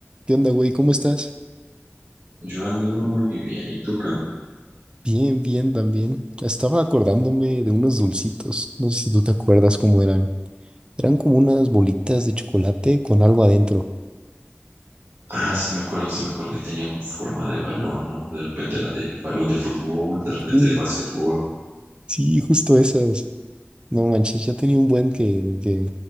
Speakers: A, on the right; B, on the right.
A: ¿Qué onda, güey? ¿Cómo estás?
B: Yo ando muy bien, ¿y tú qué onda?
A: Bien, bien, también. Estaba acordándome de unos dulcitos. No sé si tú te acuerdas cómo eran. Eran como unas bolitas de chocolate con algo adentro.
B: Ah, sí, me acuerdo, sí, me acuerdo. Y tenía forma de balón, ¿no? De repente era de balón de fútbol, de repente
A: Sí,
B: de básquetbol.
A: sí, justo esas. No manches, ya tenía un buen que, que,